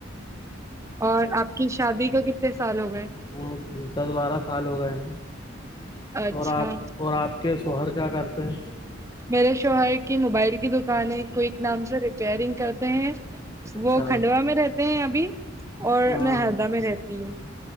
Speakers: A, on the right (about 15°); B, on the left (about 25°).
A: اور آپ کی شادی کا کتنا سالوں <unintelligible>
B: ہ دس بارہ سال ہو گئے ہیں
A: اچھا
B: اور آپ اور آپ کے سہر کیا کرتے ہیں
A: میرے شوہر کی موبائل کی دکانیں کوئک نام سے ریپئرنگ کرتے ہیں
B: اچھا
A: وہ کھنڈوا میں رہتے ہیں ابھی اور
B: ہاں
A: میں ہردا میں رہتی ہوں